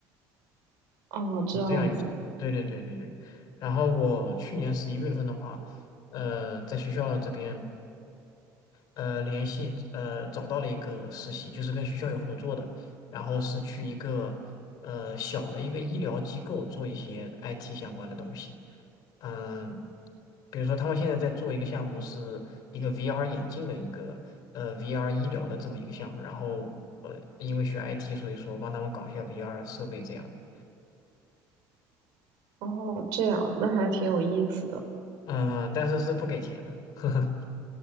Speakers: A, on the right; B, on the left.
A: 哦，这样子，
B: 是这样一个情况。对对对对对。然后我去年十一月份的话，呃，在学校这边。呃联系呃找到了一个实习，就是跟学校有合作的，然后是去一个呃小的一个医疗机构做一些 IT 相关的东西。嗯，比如说他们现在在做一个项目，是一个 VR 眼镜的一个呃 VR 医疗的这么一个项目，然后我因为学 IT，所以说帮他们搞一下 VR 设备这样的。
A: 哦，这样，那还挺有意思的。
B: 嗯，但是是不给钱的，<laughs> 呵呵。